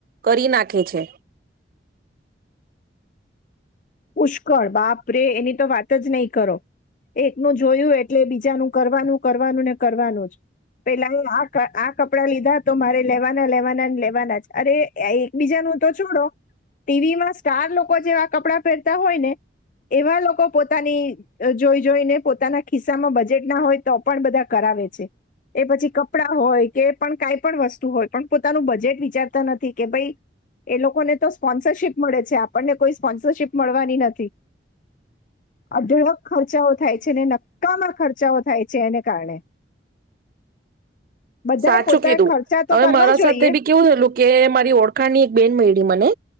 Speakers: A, on the right; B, on the left.
A: કરી નાખે છે.
B: પુષ્કળ બાપરે એની તો વાત જ નહીં કરો. એક ન જોયું એ એટલે બીજાનું કરવાનું કરવાનું ને કરવાનું જ પેલા એ આ આ કપડાં લીધા તો મારે લેવાના લેવાના ને લેવાના જ અરે એકબીજાનું તો છોડો ટીવી માં સ્ટાર લોકો જેવા કપડા તા હોય ને એવા લોકો પોતાની જોઈ જોઈને પોતાના ખિસ્સામાં બજેટ ના હોય તો પણ બધા કરાવે છે એ પછી કપડા હોય કે પણ કઈ પણ વસ્તુ હોય પણ પોતાનું બજેટ વિચારતા નથી કે ભાઈ એ લોકોને તો સ્પોન્સ મળે છે આપણને કોઈ સ્પોન્સરશીપ મળવાની નથી અઢળક ખર્ચાઓ થાય છે ને નક્કામાં ખર્ચાઓ થાય છે એને કારણે બધાએ
A: સાચું
B: પોતા
A: કીધું
B: ખર્ચા તો
A: હવે
B: કરવા
A: મારા
B: જોઈએ
A: સાથે બી કેવું થયેલું કે મારી ઓળખાણની એક બેન મળી મને